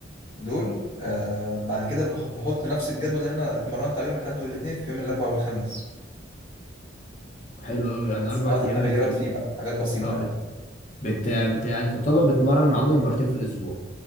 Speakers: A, on the right; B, on the left.
A: دول آه بعد كده بح- بحط نفس الجدول اللي انا اتمرنت عليه يوم الاحد والاثنين في يوم الاربع والخميس
B: حلو قوي أنا
A: بس
B: أربع
A: بعض التغيرات
B: أيام بتظبط
A: فيه بقى حاجات بسيطه
B: أه بت...
A: يعني
B: بت... بت... يعني تعتبر بتمرن العضلة مرتين في الأسبوع